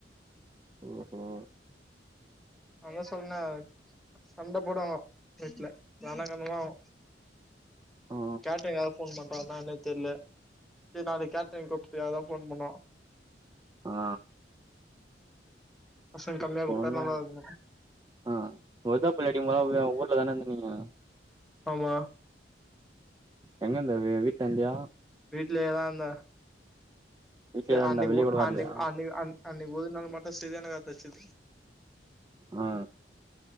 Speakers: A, on the right; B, in the centre.
A: ஓஹோ
B: அங்க சொன்ன சண்ட போடுவாங்கோ வீட்ல ரனகணமாவு
A: ஆ
B: கேட்ரிங் யாராது ஃபோன் பண்றா என்னன்னே தெர்ல டேய் நாளைக் கேட்ரிங் கூப்ட்டதுக்கா ஃபோன் பண்ணோ
A: ஆ
B: பசங்க
A: இப்போ
B: கம்மியா கூப்ட்டா
A: வந்தாங்க
B: நல்லா இருக்கு
A: ஆ இவ <unintelligible> ஊர்ல தான இருந்தா நீயு
B: ஆமா
A: எங்க இருந்த வே வீட்டாண்டையா
B: வீட்லேயேதா இருந்த
A: வீட்லயேதா
B: செரி அன்னிக்கு
A: இருந்தா வெளிய
B: ஒ
A: கூட வரலையா
B: அன்னிக்கு அன் அன்க்கு ஒரு நாள் மட்டு செரியான காத்தடிச்சுது
A: ஆ